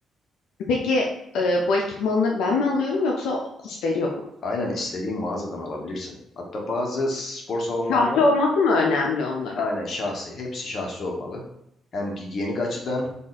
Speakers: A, on the left; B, on the left.
A: Peki e, bu ekipmanları ben mi alıyorum yoksa kurs veriyor mu?
B: Aynen istediğin mağazadan alabilirsin. Hatta bazı spor salonları
A: Sahte
B: var.
A: olması mı önemli onların?
B: Aynen şahsi. Hepsi şahsi olmalı. Hem giyenik açıdan